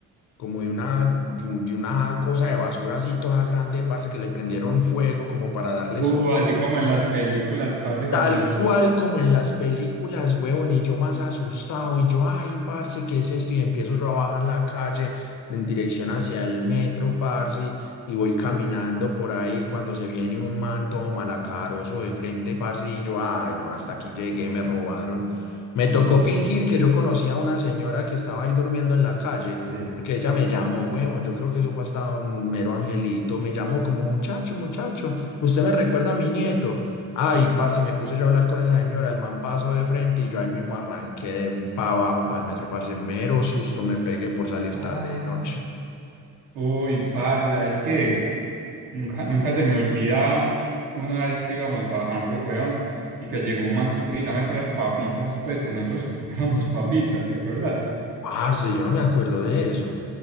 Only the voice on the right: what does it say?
Uh, así como en las películas, parce,
cuando los...
<clears throat>
Sí.
Ah,
uy, parce, ¿sabes qué? Nunca,
nunca se me olvida una vez que íbamos bajando, weón, y que llegó un man y es que, "Ey, dame por las papitas, pues, que nosotros <laughs> comprábamos papitas, ¿te acuerdas?